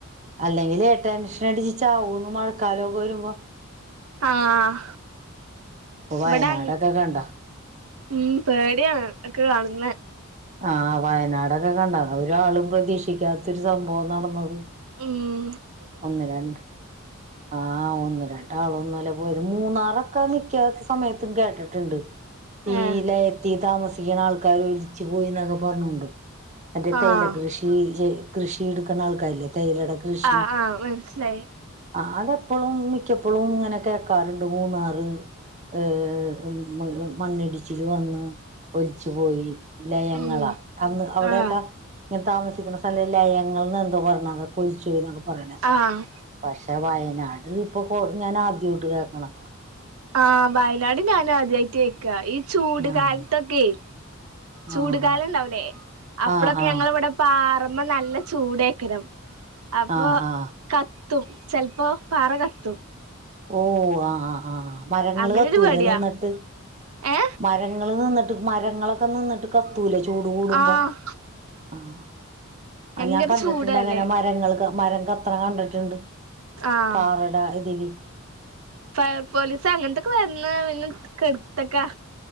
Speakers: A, on the right; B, on the right.
A: അല്ലെങ്കിലേ ടെൻഷനടിച്ച് ചാവൂന്ന് മഴക്കാലോക്കെ വരുമ്പം
B: ആഹ്
A: പ്പാെ വയനാടൊക്കെ
B: ഇവിടെ
A: കണ്ടോ
B: ഉം പേട്യാണ് ഒക്കെ കാണ്ന്നെ
A: ആഹ് വയനാടൊക്കെ കണ്ടാ ഒരാളും പ്രതീക്ഷിക്കാത്താെരു സംഭവം നടന്നത്
B: ഊം
A: ഒന്ന് രണ്ട് ആഹ് ഒന്ന് രണ്ടാളൊന്നും അല്ല പോയെത് മൂന്നാറൊക്കാ മിക്ക്യ സമയത്തും കേട്ട്ട്ട്ണ്ട് ഈ
B: ഏ
A: ലയത്തി താമസിയ്ക്ക്ണ ആൾക്കാര് ഒലിച്ച് പോയീന്നൊക്കെ പർഞ്ഞോണ്ടു മറ്റേ
B: ആഹ്
A: തേയില കൃഷി ഇ കൃഷി ഇട്ക്ക്ന്ന ആൾക്കാര്ല്ലേ തേയിലേടെ കൃഷി
B: ആഹ് ആഹ് മനസ്സിലായി
A: ആഹ് അതെപ്പെളും മിക്ക്യപ്പളും ങ്ങെനെ കേക്കാറ്ണ്ട് മൂന്നാറ് ഏഹ് മ് മണ്ണിടിച്ചില് വന്ന് ഒലിച്ച് പോയി ലയങ്ങളാ
B: ഉം
A: അന്ന് അവ്ടെയൊക്കാ
B: ആഹ്
A: ങ്ങെനെ താമസിക്ക്ന്ന സ്ഥലം ലയങ്ങൾന്നെന്തോ പർഞ്ഞ് അതാെക്കെ ഒലിച്ചോയ്ന്നൊക്കെ പറയ്ണേ
B: ആഹ്
A: പക്ഷെ വയനാട് ഇപ്പം കൊ ഞാനാദ്യോട്ട് കേക്ക്ണെ
B: ആഹ് വയനാട് ഞാനും ആദ്യായ്ട്ട് കേക്കാ ഈ ചൂട്
A: ആഹ്
B: കാൽത്തൊക്കേ ചൂട്കാലംണ്ടാവൂലേ
A: ആഹ്
B: അപ്പളൊക്കെ
A: ആഹ് ആഹ്
B: ഞങ്ങളെവെടെ പാറമ്മ നല്ല ചൂടേക്കെരം അപ്പോ
A: ആഹ് ആഹ്
B: കത്തും ചെൽപ്പോ പാറ കത്തും
A: ഓഹ് ആഹ് ആഹ് ആഹ് ആ മരങ്ങള്
B: അങ്ങനൊരു
A: കത്തൂലെ
B: പേടിയാ
A: നിന്ന്ട്ട്?
B: ഏ
A: മരങ്ങള് നിന്ന്ട്ട് മരങ്ങളൊക്കെ നിന്നിട്ട് കത്തൂലെ ചൂട് കൂടുമ്പം?
B: ആഹ്
A: ആഹ്
B: ഭയങ്കര
A: ആ ഞാൻ കണ്ട്ട്ടുണ്ട്
B: ചൂടല്ലേ
A: അങ്ങനെ മരങ്ങള് മരം കത്തണ കണ്ട്ട്ട്ണ്ട്
B: ആഹ്
A: പാറടെ ഇതില്
B: ഫയർ പോലീസ് അങ്ങൻത്തൊക്കെ വന്ന് പിന്നെ കെട്ത്തക്ക